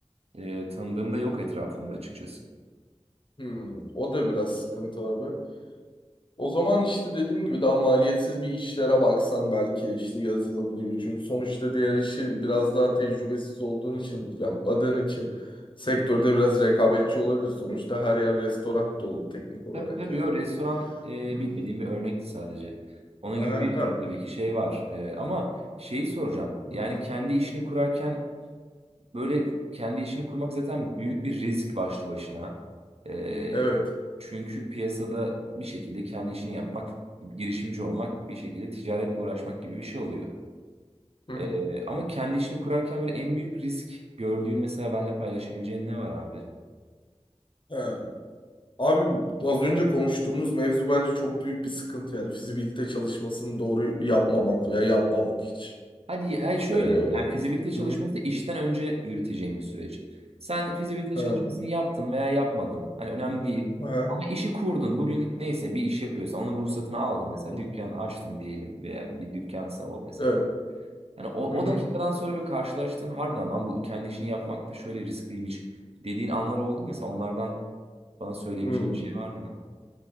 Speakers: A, on the right; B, on the left.
A: e, tanıdığım da yok etrafımda açıkçası.
B: Hı. O da biraz sıkıntı abi. O zaman işte dediğim gibi daha maliyetsiz bir işlere baksan belki işte yazılım gibi. Çünkü sonuçta diğer işi biraz daha tecrübesiz olduğun için, yapmadığın için sektörde biraz rekabetçi olabilir. Sonuçta her yer restoran dolu teknik olarak
A: Tabii tabii
B: yani.
A: yo restoran e,
B: Hı.
A: bilmediğim bir örnekti sadece. Onun
B: Aha,
A: gibi bir sürü
B: ha.
A: tabii ki şey var. E, ama şeyi soracağım. Yani
B: Hı.
A: kendi işini kurarken böyle kendi işini kurmak zaten büyük bir risk başlı başına. E,
B: Evet.
A: çünkü piyasada bir şekilde kendi işini yapmak, girişimci olmak bir şekilde ticaretle uğraşmak gibi bir şey oluyor.
B: Hı hı.
A: Ee, ama kendi işini kurarken böyle en büyük risk gördüğün mesela benimle paylaşabileceğin ne var abi?
B: Ha. Abi az önce konuştuğumuz mevzu bence çok büyük bir sıkıntı yani fizibilite çalışmasını doğru yapmamak veya yapmamak hiç.
A: Hadi, hayır şöyle
B: Ee,
A: yani fizibilite çalışması
B: hı.
A: da işten önce yürüteceğin bir süreç. Sen fizibilite
B: Ha.
A: çalışmasını yaptın veya yapmadın. Hani önemli değil.
B: Ha.
A: Ama işi kurdun. Bugün neyse bir iş yapıyorsan onun ruhsatını aldın. Mesela
B: Hı.
A: dükkan açtın diyelim veya bir dükkansa o mesela.
B: Evet.
A: Yani o,
B: Hı hı.
A: o dakikadan sonra bir karşılaştığın harbiden lan bu kendi işini yapmak da şöyle riskliymiş dediğin anlar oldu mu? Mesela onlardan bana söyleyebileceğin
B: Hmm.
A: bir şey var mı?